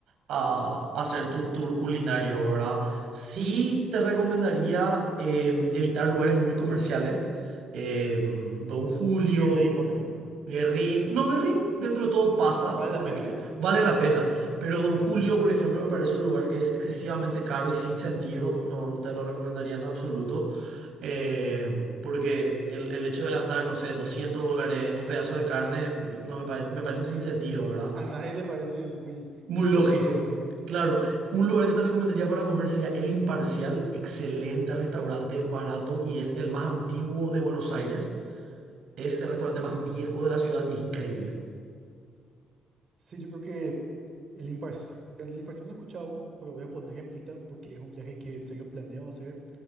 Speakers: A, on the right (about 75°); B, on the right (about 50°).
A: a hacer tu tour culinario, ¿verdad? Sí
B: sí.
A: te recomendaría em, evitar lugares muy comerciales. em, Don Julio.
B: Guerrín, por ejemplo.
A: Guerrín, no, Guerrín dentro de todo pasa
B: Vale la
A: porque
B: pena.
A: vale
B: Sí.
A: la pena, pero Don Julio, por ejemplo, me parece un lugar que es excesivamente caro y sin sentido, no, no te lo recomendaría en absoluto, eh, porque el, el hecho de gastar, no sé, 200 dólares en un pedazo de carne, no me parece, me parece un sinsentido, ¿verdad?
B: A nadie le parece muy
A: Muy
B: chistoso
A: lógico.
B: que digamos.
A: Claro, un lugar que te recomendaría para comer sería El Imparcial, excelente restaurante, barato y es el más antiguo de Buenos Aires, es el restaurante
B: Y
A: más viejo de la ciudad y es increíble.
B: sí, yo creo que el imparcial, el imparcial no he escuchado aún, pero voy a poner en mi lista porque es un viaje que en serio planeo hacer.